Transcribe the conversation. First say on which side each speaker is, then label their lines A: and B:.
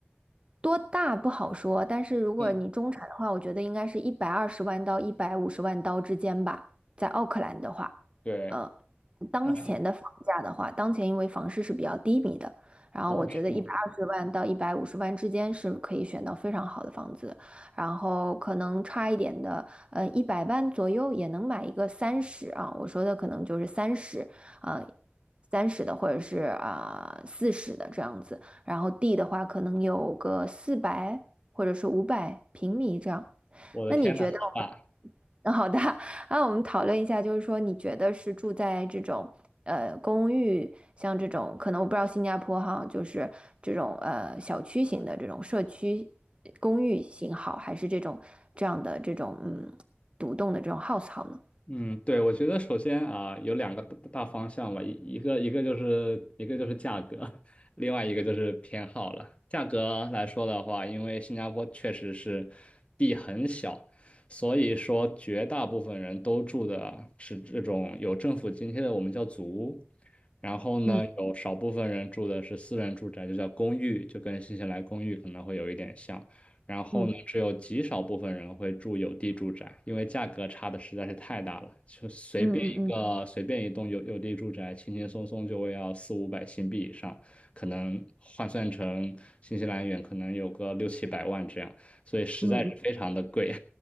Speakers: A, on the right (about 25°); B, on the left (about 30°).
A: 多大不好说，但是如果你中产的话，
B: 嗯，
A: 我觉得应该是一百二十万到一百五十万刀之间吧，在奥克兰的话，
B: 对，
A: 呃，当前的房价的话，
B: 呃，
A: 当前因为房市是比较低迷的，然后我觉得一百二十万到一百五十万之间是可以选到非常好的房子，
B: 哦，是吗？
A: 然后可能差一点的。呃，一百万左右也能买一个三十啊，我说的可能就是三十，啊，三十的或者是啊四十的这样子，然后地的话可能有个四百或者是五百平米这样。
B: 我的天呐，
A: 那你觉得我们，
B: 好大！
A: <laughs> 嗯好的，<laughs> 啊，我们讨论一下，就是说，你觉得是住在这种呃公寓，像这种可能我不知道新加坡哈，就是这种呃小区型的这种社区公寓型好，还是这种这样的这种嗯独栋的这种 house 好呢？
B: 嗯，对，我觉得首先啊，有两个大大方向吧，一一个一个就是一个就是价格，<laughs> 另外一个就是偏好了。价格来说的话，因为新加坡确实是地很小，所以说绝大部分人都住的是这种有政府津贴的，我们叫祖屋。然后呢，
A: 嗯
B: 有少部分人住的是私人住宅，就叫公寓，就跟新西兰公寓可能会有一点像。然后呢，
A: 嗯
B: 只有极少部分人会住有地住宅，因为价格差的实在是太大了。就随便一个随便一栋有有地住宅，
A: 嗯嗯嗯
B: 轻轻松松就会要四五百新币以上，可能换算成新西兰元，可能有个六七百万这样，所以实在是非常的贵。
A: 嗯